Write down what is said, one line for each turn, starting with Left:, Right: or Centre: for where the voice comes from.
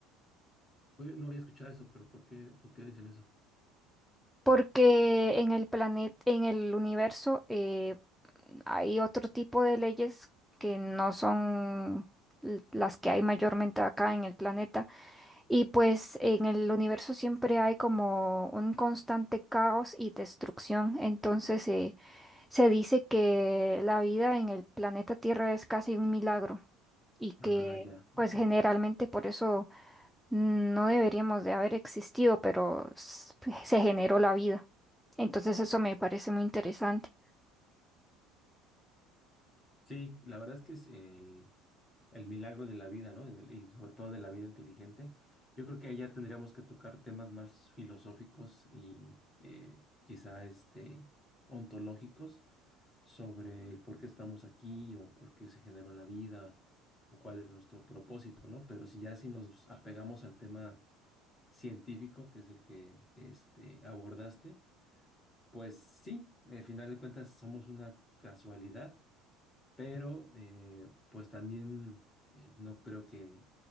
Left: Oye, no había escuchado eso, pero ¿por qué, por qué dicen eso?
Centre: Porque en el planeta, en el universo, eh, hay otro tipo de leyes que no son l- las que hay mayormente acá en el planeta. Y pues en el universo siempre hay como un constante caos y destrucción. Entonces eh, se dice que la vida en el planeta Tierra es casi un milagro y que
Left: Ah, ya,
Centre: pues
Left: ok.
Centre: generalmente por eso no deberíamos de haber existido, pero s- se generó la vida. Entonces eso me parece muy interesante.
Left: Sí, la verdad es que es el, el milagro de la vida, ¿no? Y, del- y sobre todo de la vida inteligente. Yo creo que ahí ya tendríamos que tocar temas más filosóficos y eh, quizá este, ontológicos sobre el por qué estamos aquí o por qué se generó la vida o cuál es nuestro propósito, ¿no? Pero si ya si nos apegamos al tema científico, que es el que este, abordaste, pues sí, al final de cuentas somos una casualidad pero eh, pues también eh, no creo que